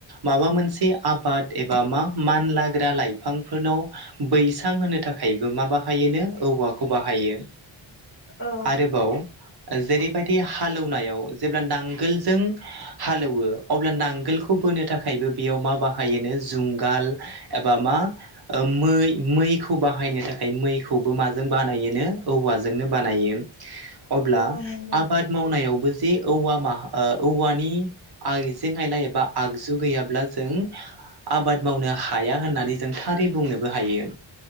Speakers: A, on the right (about 55°); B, on the left (about 25°).
A: माबा मोनसे आबाद एबा मा मानलाग्रा लाइफांफोरनाव बैसां होनो था खायबो मा बाहायोनो औवाखौ बाहायो
B: औ
A: आरोबाव जेरैबायदि हालौनायाव जेब्ला नांगोलजों हालौवो अब्ला नांगोलखौ बोनो थाखाय बेयाव मा बाहायो नो जुंगाल एबा मा मै मैखौ बाहायनो थाखाय मैखौबो माजों बानायोनो औवाजोंनो बानायो अब्ला
B: औ नंगौ
A: आबाद मावनायावबो जे औवा <unintelligible> औवानि आइजें आयला एबा आगजु गैयाब्ला जों आबाद मावनो हाया होननानै जों थारै बुंनोबो हायो